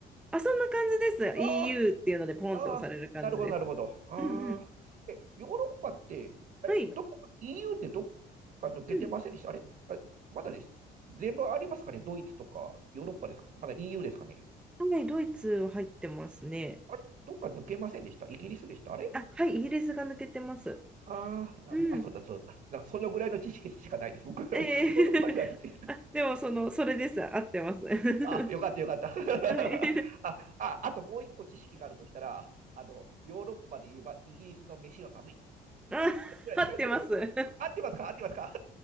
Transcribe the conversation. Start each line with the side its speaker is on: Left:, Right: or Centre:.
Centre: あ、そんな感じです。
Right: あ
Centre: EU っていうので、ポンって押される感じです。
Right: あー、ああ、なるほど、なるほど。あ
Centre: うんうん。
Right: あ、え、ヨーロッパって、え、
Centre: はい。
Right: どこか、EU ってどっか抜けてませんでしたあれ、
Centre: うん。
Right: あれ、まだです。全部ありますかねドイツとか、ヨーロッパですかまだ EU ですかね
Centre: はい、ドイツは入ってますね。
Right: あれ、どっか抜けませんでしたイギリスでしたあれ
Centre: あ、はい、イギリスが抜けてます。
Right: ああー、なる、
Centre: うん。
Right: あ、そうだ、そうだ。なんかそのぐらいの知識しかないです。僕、<laughs> ヨーロッパにはいて。
Centre: ええ <laughs> あ、でもその、それです。合ってます。<laughs>
Right: あ、よかった、よかった。<laughs>
Centre: はい。
Right: あ、あ、あともう一個知識があるとしたら、あの、ヨーロッパで言えばイギリスの飯はまずい。
Centre: <laughs> あ、
Right: ぐらいです
Centre: 合ってます。<laughs> はい。
Right: 合ってますか合ってますか